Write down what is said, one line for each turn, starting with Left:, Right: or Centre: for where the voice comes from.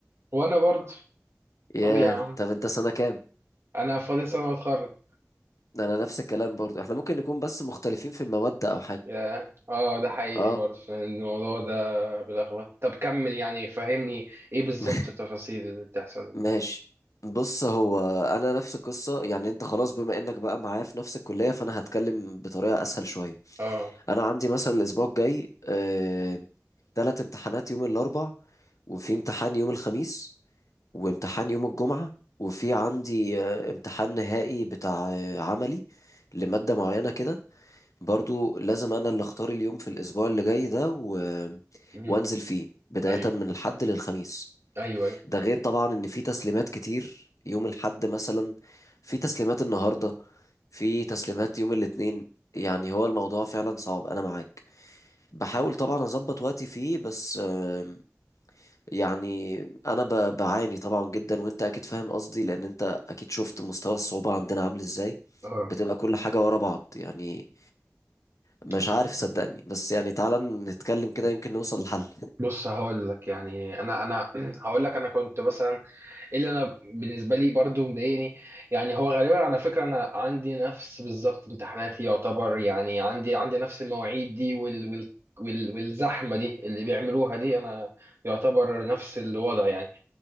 Right: وانا برضه
Left: ياه
Right: طب يا عم
Left: طب انت سنة كام
Right: انا فاضل سنه واتخرج
Left: ده انا نفس الكلام برضو احنا ممكن نكون بس مختلفين في المواد او حاجة
Right: يا اه ده حقيقي
Left: اه
Right: برضه الموضوع ده بيلخبط طب كمل يعني فهمني ايه بالظبط
Left: <laughs>
Right: التفاصيل اللي بتحصل
Left: ماشي بص هو انا نفس القصه يعني انت خلاص بما انك بقى معايا في نفس الكليه فانا هتكلم بطريقه اسهل شويه
Right: اه
Left: انا عندي مثلا الاسبوع الجاي آه، تلات امتحانات يوم الاربع وفي امتحان يوم الخميس وامتحان يوم الجمعه وفي عندي آه، امتحان نهائي بتاع آه، عملي لماده معينه كده برضو لازم انا اللي اختار اليوم في الاسبوع اللي جاي ده و...
Right: مم.
Left: وانزل فيه بدايه
Right: ايوه
Left: من الحد للخميس
Right: ايوه ايوه
Left: ده غير طبعا ان في تسليمات كتير يوم الاحد مثلا في تسليمات النهارده في تسليمات يوم الاثنين يعني هو الموضوع فعلا صعب انا معاك بحاول طبعا اظبط وقتي فيه بس آم، يعني انا ب- بعاني طبعا جدا وانت اكيد فاهم قصدي لان انت اكيد شفت مستوى الصعوبة عندنا عامل ازاي
Right: اه
Left: بتبقى كل حاجة ورا بعض يعني مش
Right: أيوة.
Left: عارف صدقني بس يعني تعالى نتكلم كده يمكن نوصل لحل
Right: بص هقول لك يعني انا انا <clears throat> هقول لك انا كنت مثلا اللي انا بالنسبه لي برضو مضايقني يعني هو غالبا على فكره انا عندي نفس بالظبط امتحاناتي يعتبر يعني عندي عندي نفس المواعيد دي وال وال وال والزحمه دي اللي بيعملوها دي انا يعتبر نفس الوضع يعني